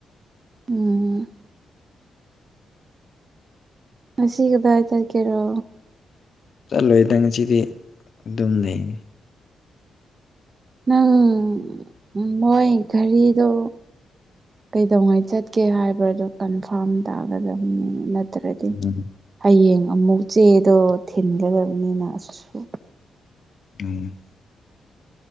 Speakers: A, on the right (about 30°); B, on the left (about 45°).
A: ꯎꯝ꯫ ꯉꯁꯤ ꯀꯗꯥꯏ ꯆꯠꯀꯦꯔꯣ?
B: ꯆꯠꯂꯣꯏꯗꯪ ꯉꯁꯤꯗꯤ ꯑꯗꯨꯝ ꯂꯩꯅꯤ꯫
A: ꯅꯪ ꯃꯣꯏ ꯘꯥꯔꯤꯗꯣ ꯀꯩꯗꯧꯉꯩ ꯆꯠꯀꯦ ꯍꯥꯏꯕꯗꯣ ꯀꯟꯐꯥꯔꯝ ꯇꯥꯒꯗꯕꯅꯤꯅꯦ ꯅꯠ ꯇ꯭ꯔꯗꯤ
B: ꯎꯝ
A: ꯍꯌꯦꯡ ꯑꯃꯨꯛ ꯆꯦꯗꯣ ꯊꯤꯟꯒꯗꯕꯅꯤꯅ ꯑꯁꯨ
B: ꯎꯝ꯫